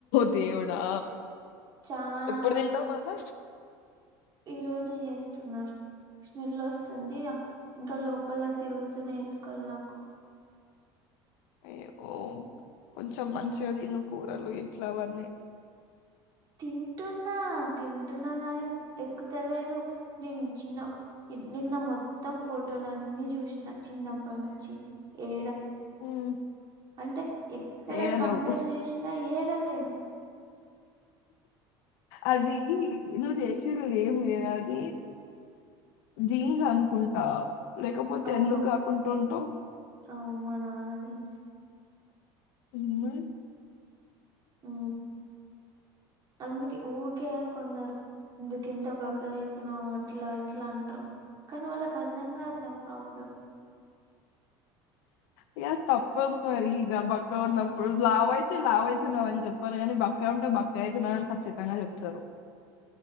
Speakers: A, on the left; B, on the right.
A: దవుడా
B: చాలా
A: ఎప్పుడు తింటావు మళా
B: ఈ రోజు చేస్తున్నారు స్మెల్ వస్తు వస్తుంది ఇంకా లో పల్ల తిరుగు ఇచ్చన ఎళ్ళ కల్ నాకు
A: అ ఓ కొంచెం
B: మ్మ్.
A: మంచిగా తినుకో లు ఇట్లావన్నీ
B: తింటున్నా తింటున్నా గాని ఎక్కువ తెలియదు నేను చిన్న నిన్న మొత్తం ఫోటోలున్నీ చూసిన చిన్నప్పటి నుంచి ఏ
A: ఉమ్,
B: అంటే ఎక్కడ
A: ఏయలేవు
B: కంపేర్ చేసిన థాలేను
A: అది నువ్వు చేసలేం లేద అని జీన్స్ అనుకుంటా లేకపోతే
B: అవును
A: ఎందుకు కాకుంటూ ఉంటాం
B: అవును మా నానా జీన్స్
A: ఉమ
B: హ అందుకే ఊరికే కొందరు ఇందుకు ఇంత బకర అవుతునో అట్లా ఇట్లా అంటారు కానీ వాళ్ళకు అర్థంగాది నా ప్రాబ్లం
A: ఇక తప్పదు మరి ఇక బక్క ఉన్నప్పుడు లావ అయితే లావ అవుతున్నావ అని చెప్పారు కానీ బక్కా ఉంటే బక్క అయితున్నావని ఖచ్చితంగా చెప్తారు